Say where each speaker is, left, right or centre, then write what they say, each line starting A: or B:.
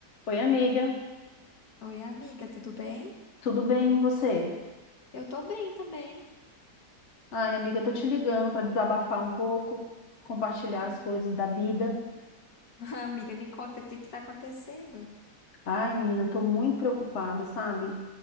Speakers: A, on the left; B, on the left.
A: Oi, amiga,
B: Oi, amiga, tudo bem?
A: tudo bem, e você?
B: Eu tô bem também.
A: Ai, amiga, tô te ligando para desabafar um pouco, compartilhar
B: Nó-
A: as coisas da vida.
B: <laughs> Amiga, me conta o que que tá acontecendo?
A: Ai, menina, tô muito preocupada, sabe?